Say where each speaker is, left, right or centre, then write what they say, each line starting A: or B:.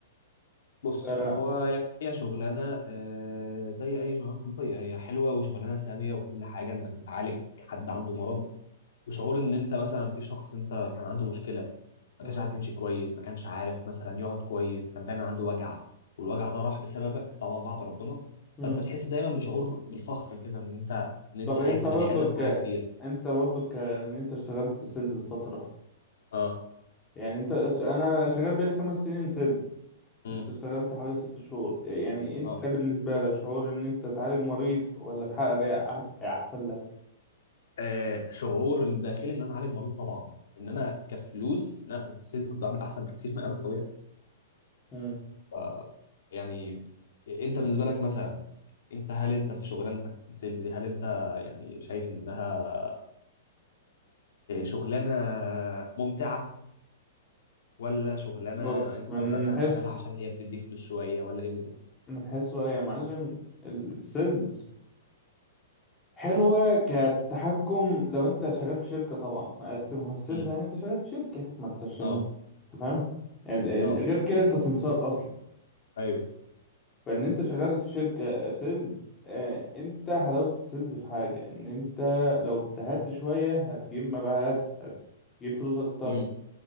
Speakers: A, on the left; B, on the left.
A: بص
B: آه،
A: هو يعني هي شغلانة آه، زي أي شغلانة طبية هي حلوة وشغلانة سامية وكل حاجة إنك بتعالج حد عنده مرض وشعور إن أنت مثلا في شخص أنت كان عنده مشكلة ما
B: مم،
A: كانش عارف يمشي كويس ما كانش عارف مثلا يقعد كويس كان دايما عنده وجع والوجع ده راح بسببك طبعا بعد ربنا
B: مم.
A: فأنت بتحس دايما بشعور بالفخر كده إن أنت إن أنت
B: طب
A: ساعدت
B: انت برضو
A: بني آدم في
B: ك...
A: حاجة كبيرة
B: انت برضو ك... ان انت اشتغلت سيلز فترة
A: اه
B: يعني انت اش- انا شغال بقالي خمس سنين سيلز
A: امم
B: انت اشتغلت حوالي ست شهور يعني انت
A: اه
B: بالنسبة لك شعور ان انت تعالج مريض ولا تحقق بيع أح- احسن لك
A: آه، شعور الداخلي إن أنا أعالج مريض طبعا إنما كفلوس لا أنا في السن كنت بعمل أحسن بكتير من العلاج الطبيعي
B: مم.
A: ف- يعني انت بالنسبه لك مثلا انت هل انت في شغلانتك في السيلز دي هل انت يعني شايف انها شغلانه ممتعه ولا شغلانه
B: بص
A: انت
B: من
A: مثلا
B: حيث
A: شغالها عشان هي بتدي فلوس شويه ولا ايه بالظبط؟
B: من حيث رأيي يا معلم السيلز حلوة كتحكم لو انت شغال في شركة طبعا بس ما هو السيلز
A: امم
B: يعني انت شغال في شركة ما انتش
A: اه
B: ما- انت فاهم يعني
A: اه
B: غير كده انت سمسار اصلا
A: ايوه
B: فان انت شغال في شركة سيلز اه انت حلاوة السيلز في حاجة ان انت لو اجتهدت شوية هتجيب مبيعات هتجيب فلوس اكتر
A: امم